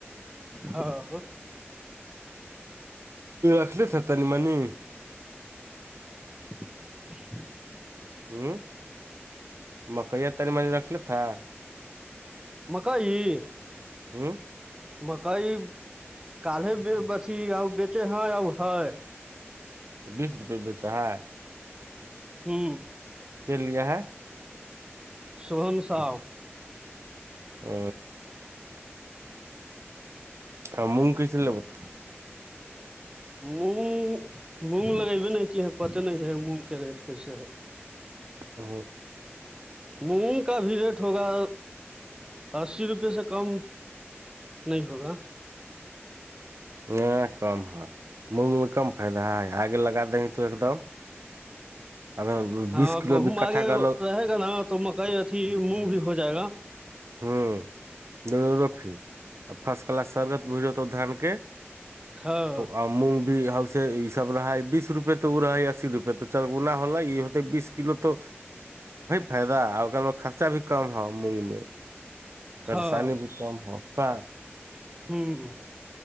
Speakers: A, on the right (about 20°); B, on the right (about 80°).
A: ہاں
B: اخلیتا نہیں منی
A: <inaudible>
B: ہوں مکیا تنی رکھ تھا
A: مکئی
B: ہوں
A: مکئی کالے اھی ا بیچے ہے ہے
B: تو بیس روپے بیچا ہے
A: ہوں
B: کے لیا ہے
A: سوحن ساؤ
B: ا آ کہ بتا
A: مونگ مونگ لگبے نہیں کہ پت نہیں ہے مونگ کے ریٹ کیسے ہے
B: ا
A: مونگ کا بھی ریٹ ہوگا اسی روپے سے کم نہیں ہوگا
B: یہ کم ہے مونگ میں کم فائدہ ہے آگے لگا تو ایک دم اگر
A: ہاں
B: بیس کلو
A: گہم
B: بھی کٹھا
A: آگے
B: گالو
A: رہے گا نا تو مکئی اھی مونگ بھی ہو جائے گا
B: ہوں ڈ رفی اور فرسٹ کلاس سرگت بجت تو دھان کے
A: ہاں
B: آ مونگ بھی ہو سے یہ سب رہا بیس روپے تو وہ رہا اسی روپے تو چلنا ہو ہو بیس کلو تو فدا خرچہ بھی کم مونگ میں پریشانی
A: ہاں
B: بھی کم ہو کا
A: ہوں